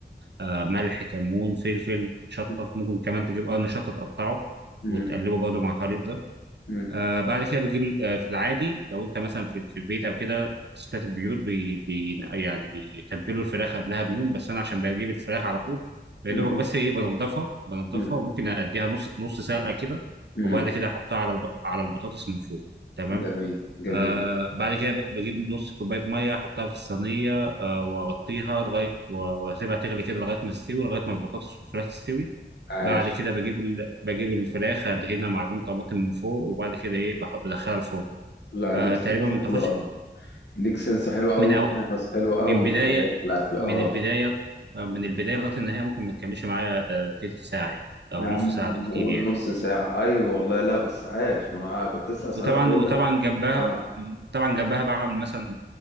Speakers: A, on the right; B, on the left.
A: آه، ملح كمون فلفل شطة
B: مم.
A: ممكن كمان تجيب قرن شطة تقطعه
B: مم.
A: وتقلبه برضه مع الخليط ده
B: مم.
A: آه بعد كده بتجيب آه في العادي لو انت مثلا في, في البيت او كده ستات البيوت بي بي يعني بيتبلوا الفراخ قبلها بيوم بس انا عشان بجيب الفراخ على طول يا
B: مم.
A: دوبك بس ايه بنضفها بنضفها
B: مم.
A: وممكن اديها نص نص سلقه كده
B: مم.
A: وبعد كده احطها على الب... على البطاطس من فوق تمام
B: جميل جميل
A: آه بعد كده ب- بجيب نص كوباية مية أحطها في الصينية آه وأغطيها لغاية و- وأسيبها تغلي كده لغاية ما تستوي لغاية ما البطاطس والفراخ تستوي
B: عاش
A: بعد كده بجيب ال... بجيب الفراخ أدهنها معجون طماطم من فوق وبعد كده إيه بحط بدخلها الفرن
B: لا
A: آه
B: ليك سنس
A: تقريبا ما بتاخدش
B: حلو قوي ليك سنس حلو قوي
A: من أو...
B: ليك نفس حلو قوي
A: من بداية
B: خلي بالك في الاكل اه
A: من البداية آه من
B: مم.
A: البداية لغاية النهاية ممكن ما تكملش معايا آه تلت ساعة يعني أو
B: يا عم
A: نص ساعة بالكتير
B: قول
A: يعني
B: نص ساعة أيوة والله لا بس عاش ما أنا كنت لسه هسألك
A: وطبعا
B: بقول
A: وطبعا
B: لك
A: جنبها
B: آه.
A: طبعا جنبها بعمل مثلا